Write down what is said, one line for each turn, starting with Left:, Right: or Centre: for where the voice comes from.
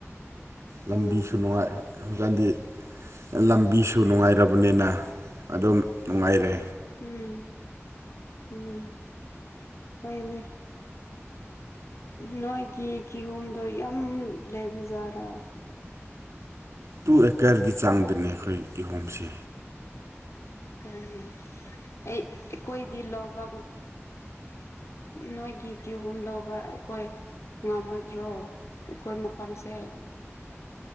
Left: ꯍꯣꯏ
Right: ꯂꯝꯕꯤꯁꯨ ꯅꯨꯡꯉꯥꯏ ꯀꯥꯟꯗꯤ ꯂꯝꯕꯤꯁꯨ ꯅꯨꯡꯉꯥꯏꯔꯕꯅꯤꯅ ꯑꯗꯨꯝ ꯅꯨꯡꯉꯥꯏꯔꯦ
Left: ꯎꯝ ꯎꯝ ꯍꯣꯏꯅꯦ ꯅꯣꯏꯒꯤ ꯀꯤꯍꯣꯝꯗꯣ ꯌꯥꯝ ꯂꯩꯕꯖꯥꯔꯥ
Right: ꯇꯨ ꯑꯦꯀꯔꯒꯤ ꯆꯥꯡꯗꯅꯦ ꯑꯩꯈꯣꯏ ꯀꯤꯍꯣꯝꯁꯦ
Left: ꯎꯝ ꯑꯩ ꯑꯩꯈꯣꯏꯗꯤ ꯂꯧꯕ ꯅꯣꯏꯒꯤ ꯀꯤꯍꯣꯝ ꯂꯧꯕ ꯑꯩꯈꯣꯏ ꯉꯝꯃꯗ꯭ꯔꯣ ꯑꯩꯈꯣꯏ ꯃꯐꯝꯁꯦ